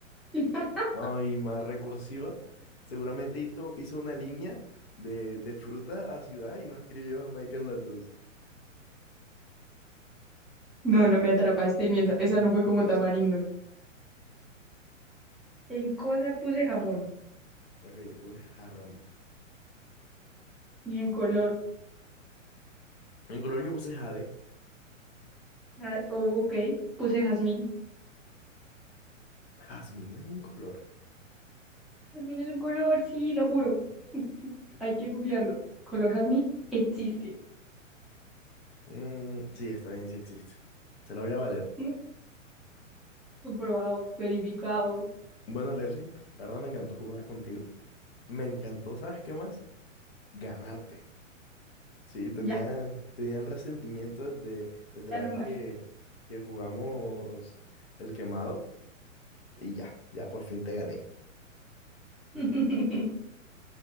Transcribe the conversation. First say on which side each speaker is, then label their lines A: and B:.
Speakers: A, in the centre; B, on the left.
A: <laughs>
B: Ay, más recursiva. Seguramente hizo, hizo una línea de, de fruta a ciudad y no escribió Jamaica en las dos.
A: No,
B: Ok,
A: no me atrapaste
B: en,
A: ni esa. Esa
B: en,
A: no fue
B: en
A: como
B: cosa.
A: tamarindo. En cosa puse jamón.
B: Ok, yo puse jarrón.
A: Y en color.
B: En color yo puse jade.
A: ah, oh, ok. Puse jazmín.
B: Jazmín es un color.
A: Jazmín es un color, sí, lo juro. <laughs> Hay que googlearlo. Color jazmín existe.
B: Mm, sí, está bien, sí existe. Te la voy a valer.
A: <laughs> Comprobado, verificado.
B: Bueno, Leslie, la verdad me encantó jugar contigo. Me encantó, ¿sabes qué más? Ganarte. Sí, tenía,
A: Ya,
B: tenía el resentimiento desde, desde
A: ya
B: la
A: no
B: vez
A: más.
B: que, que jugamos el quemado y ya, ya por fin te gané.
A: <laughs>